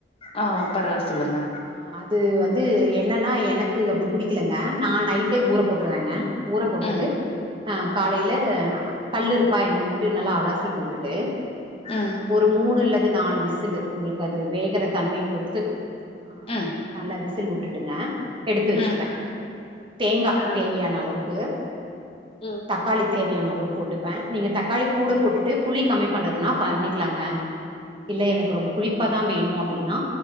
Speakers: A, on the left (about 35°); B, on the right (about 30°).
A: ஆ பரவால்ல சொல்லுங்க
B: ஆ அது வந்து என்னன்னா எனக்கு அப்டி புடிக்கலங்க நா நைட்டே ஊற போட்டுருவங்க ஊர போட்டுட்டு
A: ம்
B: ஆ காலைல கல்லு இருக்கா என்னட்டு நல்லா அலசி போட்டுட்டு டு
A: ம்
B: ஒரு மூணு லட் து நாலு விசலு உங்களுக்கு அது வேகுற தன்மைய பொறுத்து ஆ
A: ம்
B: நல்லா விஸ் <unintelligible> உட்டுட்டுங்க எடுத்து வச்சுப்பே
A: ம்
B: தேங்கா
A: ம்
B: தேவையான அளவுக்கு உ
A: ம்
B: தக்காளி தேவையான அளவுக் போட்டுப்பேன் நீங்க தக்காளி கூட போட்டுட்டு புளி கம்மி பண்றதுன்னா பண்ணிக்கலாங்க இல்ல எனக்கு ரொம்ப புளிப்பாதான் வேணு அப்டின்னா